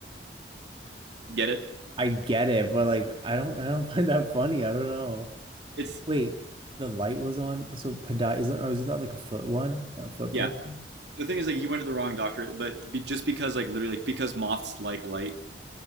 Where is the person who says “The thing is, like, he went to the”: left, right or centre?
Right